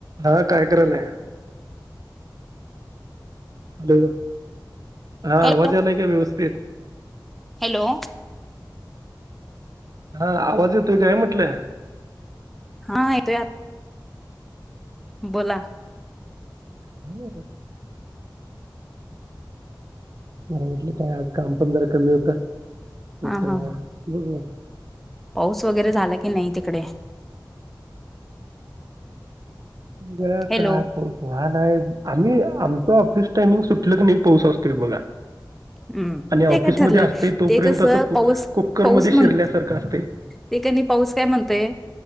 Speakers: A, on the right; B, in the centre.
A: हा काय करालाय हॅलो हा
B: हॅलो
A: आवाज आलाय का व्यवस्थित
B: हॅलो
A: हा आवाज येतो काय म्हटलं
B: हा येतोय यात बोला.
A: <unintelligible> जर म्हटलं काय आज काम पण जरा कमी होत म्हटलं
B: हा हा हा
A: बघुया.
B: पाऊस वगैरे झाला की नाही तिकडे?
A: ग
B: हॅलो
A: काको. ह नाही आम्ही आमचं ऑफिस टाइमिंग सुटलं की नाही पाऊस असतोय बघा.
B: हम्म.
A: आणि ऑफिसमध्ये
B: ते काय ठरलेल
A: असतंय तोपर्यंत
B: ते कसं
A: असं
B: पाऊस
A: कुकर
B: पाऊस
A: मध्ये
B: म्हण
A: शिरल्यासारखं असतंय
B: ते कनी पाऊस काय म्हणतोय